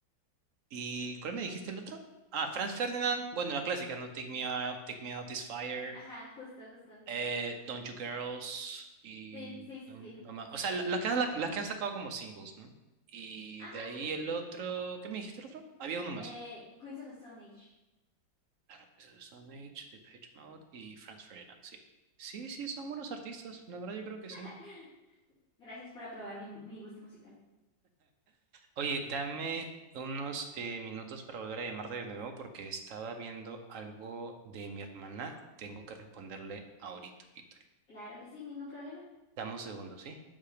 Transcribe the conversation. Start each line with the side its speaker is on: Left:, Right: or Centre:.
Right: ¿Y cuál me dijiste el otro? Ah, Franz Ferdinand, bueno, la clásica, ¿no? Take Me Out, Take Me Out This Fire,
Left: Ajá, justo, justo.
Right: eh, Don't You Girls, y
Left: Sí, sí, sí,
Right: no,
Left: sí.
Right: no más. O sea, la- las que han, la- las que han sacado como singles, ¿no? Y
Left: Ajá,
Right: de ahí
Left: sí.
Right: el otro, ¿qué me dijiste el otro? Había uno más.
Left: Eh, Queens of the Stone Age.
Right: Claro, pues, Stone Age, The Page Mode y Franz Ferdinand, sí. Sí, sí, son buenos artistas, la verdad yo creo
Left: <laughs>
Right: que sí.
Left: Gracias por aprobar mi, mi gusto musical.
Right: Oye, dame unos eh, minutos para volver a llamarte de nuevo porque estaba viendo algo de mi hermana. Tengo que responderle ahorita, Víctor.
Left: Claro que sí, ningún problema.
Right: Dame un segundo, ¿sí?